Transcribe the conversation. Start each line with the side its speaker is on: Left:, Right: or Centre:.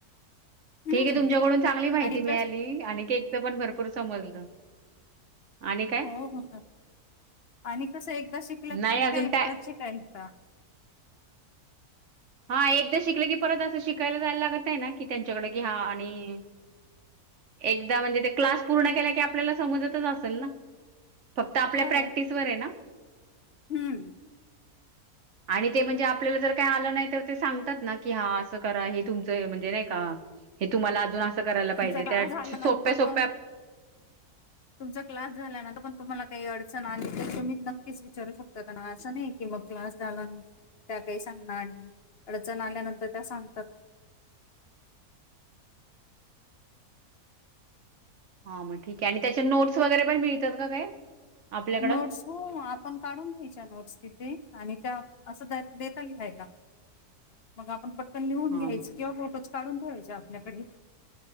Right: ठीक
Left: हम्म
Right: आहे तुमच्याकडून चांगली माहिती
Left: आणि एकदा
Right: मिळाली आणि केकच पण भरपूर समजलं. आणि काय?
Left: हो हो. आणि कसं एकदा शिकलं
Right: नाही
Left: की
Right: अजून
Left: काय
Right: टाय
Left: परत शिकायला येता.
Right: हा एकदा शिकलं की परत असं शिकायला जायला लागत नाही ना की त्यांच्याकडे घ्या आणि एकदा म्हणजे ते क्लास पूर्ण केला की आपल्याला समजतच असल ना? फक्त आपल्या
Left: हो
Right: प्रॅक्टिसवर आहे ना?
Left: हम्म
Right: आणि ते म्हणजे आपल्याला जर काय आलं नाही तर ते सांगतात ना की ह अस करा हे तुमच म्हणजे नाही का? तुम्हाला अजून असं करायला पाहिजे
Left: तुमचा क्लास
Right: त्या
Left: झाल्यानंतर
Right: सोप्या सोप्या
Left: पण तुमचा क्लास झाला ना तपण तुम्हाला काही अडचण आली, तर तुम्ही नक्कीच विचारू शकता त्यांना असं नाही की. मग क्लास झाला. त्या काही सांगणार आणि अडचण आल्यानंतर त्या सांगतात.
Right: <inaudible> हां मग ठीक आहे आणि त्याच्या नोट्स वगैरे पण मिळतात का काय आपल्याकडं?
Left: नोट्स हो आपण काढून घ्यायच्या नोट्स तिथे. आणि त्या असं द देता लिहायला मग आपण प आपण लिहून
Right: हा
Left: घ्यायच किंवा फोटोच काढून ठेवायचे आपल्याकडे.